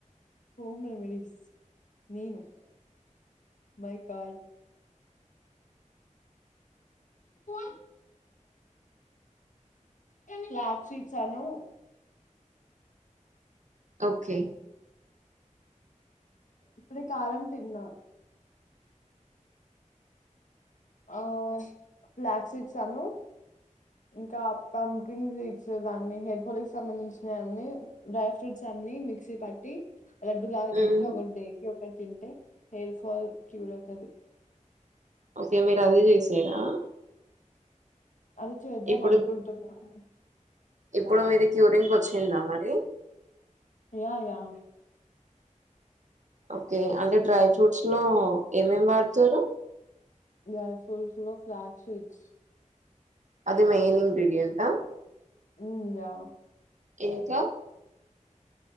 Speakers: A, on the left (about 70°); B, on the right (about 65°).
A: హోమ్ రెమెడీస్ నేను మై గార్డ్ ఆ ఫ్లాక్ సీడ్స్ అను
B: ఓకే
A: ఇప్పుడే కారం తిన్న ఆ ఫ్లక్స్ సీడ్స్ అను ఇంకా పంప్కిన్ సిడ్స్ ఇవ్వని హెయిర్ ఫాల్ కి సంబంధించినవివన్నీ డ్రై ఫ్రూట్స్ అన్ని మిక్సీ పట్టి లడ్డు లాగా
B: మ్మ్
A: చేస్తే ఒకటి డేకి ఒకటి తింటే హెయిర్ ఫాల్ క్యూర్ అవుతది
B: ఓకే మీరు అదే చేసారా
A: అది చేద్దాం
B: ఇప్పుడు
A: అనుకుంటున్నాను
B: ఇప్పుడు మీది క్యూరింక్ వచ్చిందా మరి
A: ఏమో యా
B: ఓకే అంటే డ్రై ఫ్రూట్స్ లో ఏమేమి వాడుతారు
A: డైఫుల్స్ లో ఫ్లక్స్ సీడ్స్
B: అది మెయిన్ ఇంగ్రీడియంటా
A: మ్ యా
B: ఇంకా